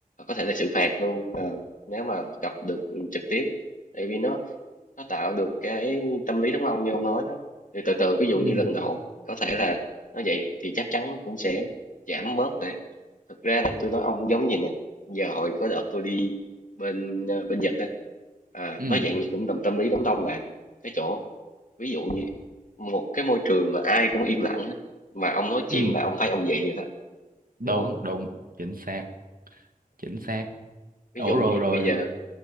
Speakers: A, on the left; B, on the right.
A: có thể là xử phạt luôn ờ, nếu mà gặp được trực tiếp tại vì nó nó tạo được cái tâm lý đám đông như ông nói đó thì từ từ ví dụ
B: ừ
A: như lần đầu có thể là nó vậy thì chắc chắn nó cũng sẽ giảm bớt nè thực ra là tôi nói ông giống gì nè giờ hồi có đợt tôi đi bên ờ, bên Nhật á à,
B: ừ
A: nó dạng như cũng tầm tâm lý đám đông là cái chỗ ví dụ như một cái môi trường mà ai cũng im lặng á, mà ông nói chuyện
B: ừ
A: là ông thấy ông vậy rồi đó
B: đúng
A: đúng không
B: đúng chính xác chính xác
A: ví
B: ủa
A: dụ
B: rồi
A: như
B: rồi
A: bây giờ